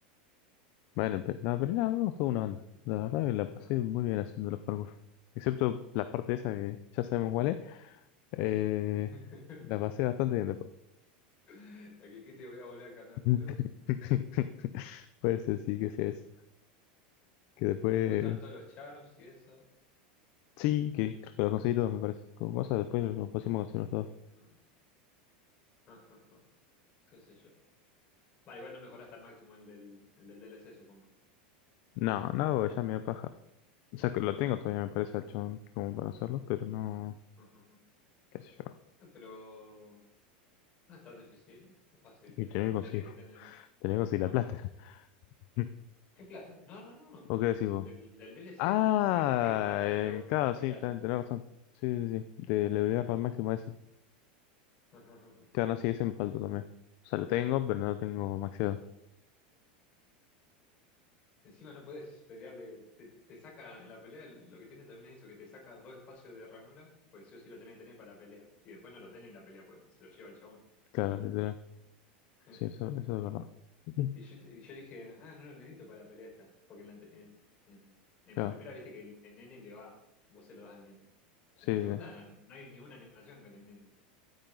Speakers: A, on the left; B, on the left.
A: Bueno, pero no, pero nada, me gustó una onda.
B: <laughs>
A: La verdad que la pasé
B: Ajá.
A: muy bien haciendo los parkour. Excepto la parte esa que ya sabemos cuál es. Eh,
B: <laughs>
A: la pasé bastante bien después.
B: La que dijiste voy a volver a cambiarme
A: <laughs>
B: algo.
A: Puede ser, sí, que sea eso. Que después.
B: Bueno, Después estaban todos los charms y eso.
A: Sí, que creo que los conseguí todos, me parece. Como cosa, después los pusimos a conseguirlos todos.
B: Ah, ajá, ajá, Qué sé yo. Vale, igual no mejoraste al máximo el del, el del DLC, supongo.
A: No, no, porque ya me da paja. O sea, que lo tengo todavía, me parece, al chabón, como para hacerlo, pero no.
B: Ajá, ajá.
A: ¿Qué sé yo?
B: Eh, Pero no es tan difícil, es fácil.
A: Y
B: Eh,
A: tener
B: te-
A: que conseguir,
B: Tenés que tener
A: tener que conseguir
B: el mapa.
A: la plata. <laughs>
B: ¿Qué plata? No, no, no.
A: ¿O qué decís vos?
B: El del DLC,
A: Ah,
B: el que tenés que matar
A: el
B: a los
A: claro,
B: fantasmitas.
A: sí, ten- tenés razón. Sí, sí, sí. De elevarlo al máximo a ese.
B: Ajá, ajá, ajá.
A: Claro, no, sí, ese me falta también. O sea, lo tengo, pero no lo tengo maxeado.
B: Encima no podés pelearle, te, te- te saca en la pelea, lo que tiene también es eso, que te saca dos espacios de ranura, pues sí o sí lo tenés que tener para la pelea. Y después no lo tenés en la pelea, pues te- se lo lleva el chabón.
A: Claro, literal.
B: <laughs>
A: Sí, eso, eso es verdad. Ujú.
B: Y yo, y yo dije, ah, no lo necesito para la pelea esta. Porque en la, ante- en, en- en
A: Claro,
B: la primera viste que el, el nene le va, vos se lo das al nene.
A: sí,
B: En la segunda
A: sí, sí.
B: no hay ninguna animación con el nene.